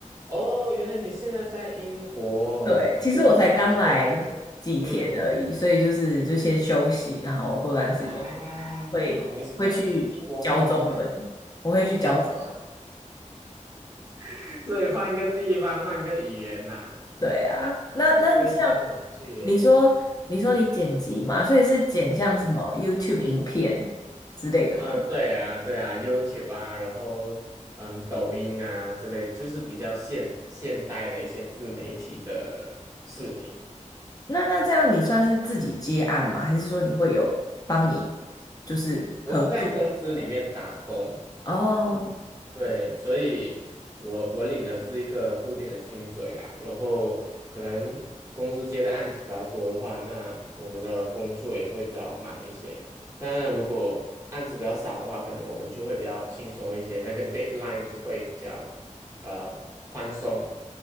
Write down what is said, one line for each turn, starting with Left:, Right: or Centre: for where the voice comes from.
Right: 哦，原来你现在在英国哦，
Left: 对，其实我才刚来几天而已，
Right: 所以你在英国工作，嗯。
Left: 所以就是就先休息，然后过段时间
Right: 啊，
Left: 会会去教中文，
Right: 你是在英国工作吗？
Left: 我会去教中。
Right: 交作，<laughs> 所以换个地方，换个语言啦，
Left: 对啊，那那像
Right: 非常有趣耶。
Left: 你说，你说你剪辑嘛，所以是剪像什么
Right: 是，
Left: YouTube 影片之类的吗？
Right: 嗯，对啊，对啊，YouTube 啊，然后嗯，抖音啊之类，就是比较现现代的一些自媒体的视频。
Left: 那那这样你算是自己接案吗？还是说你会有帮你就是合作？
Right: 我是在公司里面打工，
Left: 哦
Right: 对，所以我我领的是一个固定的薪水啦，然后可能公司接的案子比较多的话，那我们的工作也会比较忙一些。当然，如果案子比较少的话，可能我们就会比较轻松一些，那个 deadline 就会比较呃宽松。